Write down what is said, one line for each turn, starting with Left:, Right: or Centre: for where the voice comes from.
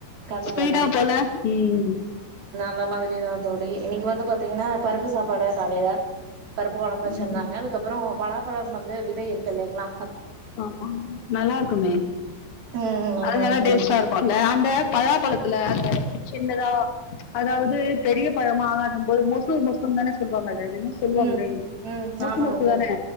Right: கண்டிப்பா
Left: ஸ்பீடா போல ம்
Right: அந்தமாதிரி தா தோழி இன்னைக்கு வந்து பாத்தீங்கன்னா பருப்பு சாப்பாடு காலைல பருப்பு கொழம்பு வச்சிருந்தாங்க
Left: ம்.
Right: அதுக்கப்பறம் பலாப்பழம் வந்து விதை இருக்கில்லைங்களா
Left: ஆமா நல்லா இருக்குமே
Right: ம் ஆமாங்க
Left: அது நல்லா
Right: தோழி
Left: டேஸ்ட்டா இருக்கும் அந்த அந்த பலாப்பழத்துல அந்த சின்னதா அதாவது பெரிய பழமா ஆகாத போது மொசு மொசு தான சொல்லுவாங்க அத என சொல்லுவாங்ளே
Right: ம் ம்
Left: மொசு
Right: ஆமாங்க
Left: மொசுதானே
Right: தோழி